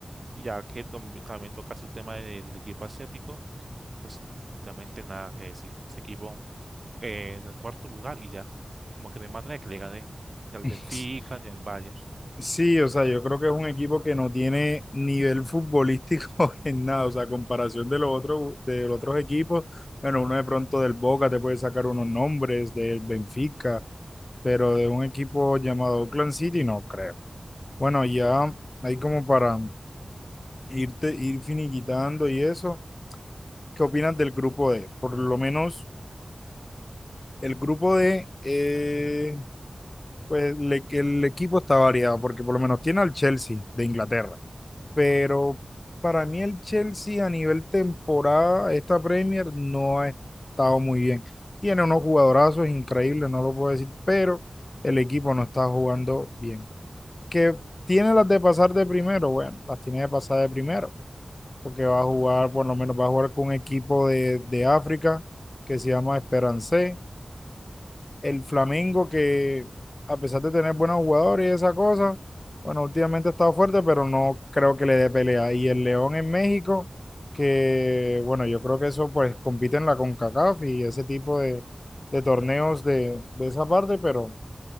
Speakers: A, on the right (about 55°); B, on the left (about 35°).
A: Y ya que tom- también tocas el tema del equipo asiático, pues literalmente nada que decir. Ese equipo eh, en el cuarto lugar y ya. Como que no hay manera de que le gane ni al
B: <laughs>
A: Benfica ni al Bayern.
B: Sí, o sea, yo creo que es un equipo que no tiene nivel futbolístico <laughs> en nada, o sea, a comparación de los otros, de los otros equipos, bueno, uno de pronto del Boca te puede sacar unos nombres, del Benfica, pero de un equipo llamado Oakland City no creo. Bueno, ya ahí como para irte, ir finiquitando y eso, ¿qué opinas del grupo D? Por lo menos el grupo D, eh, pues le- que el equipo está variado, porque por lo menos tiene al Chelsea de Inglaterra pero para mí el Chelsea a nivel temporada, esta Premier no ha estado muy bien. Tiene unos jugadorazos increíbles, no lo puedo decir, pero el equipo no está jugando bien. ¿Que tiene las de pasar de primero? Bueno, las tiene de pasar de primero, porque va a jugar, por lo menos va a jugar con un equipo de, de África que se llama Esperance el Flamengo que a pesar de tener buenos jugadores y esa cosa, bueno, últimamente ha estado fuerte, pero no creo que le dé pelea. Y el León en México, que bueno, yo creo que eso pues compite en la CONCACAF y ese tipo de, de torneos de, de esa parte, pero